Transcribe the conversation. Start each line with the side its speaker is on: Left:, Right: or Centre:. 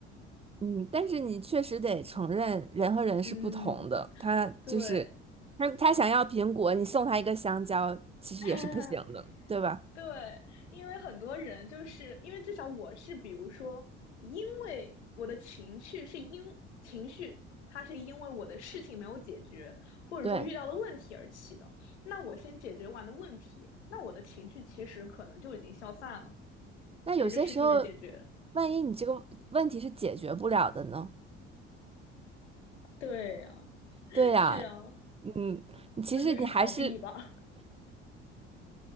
Right: 嗯，但是你确实得承认，人和人是不同的。
Left: 嗯，
Right: 他就是他他想要苹果，
Left: 对，
Right: 你送他一个香蕉，其实也是不行的，
Left: <laughs>
Right: 对吧？
Left: 对，因为很多人就是因为至少我是，比如说，因为我的情绪是因情绪，它是因为我的事情没有解决，或者说遇到了问题而起的。
Right: 对。
Left: 那我先解决完的问题，那我的情绪其实可能就已经消散了，
Right: 那有些时候，
Left: 随着事情的解决。
Right: 万一你这个问题是解决不了的呢？
Left: 对呀，
Right: 对呀，
Left: 是啊，
Right: 嗯，你其实你还是
Left: 那就是逃避吧。<laughs>